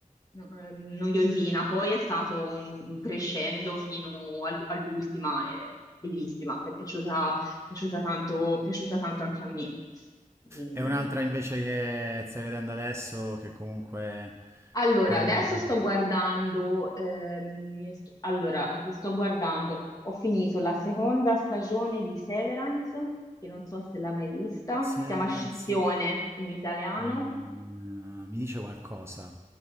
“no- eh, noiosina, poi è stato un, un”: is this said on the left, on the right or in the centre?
Left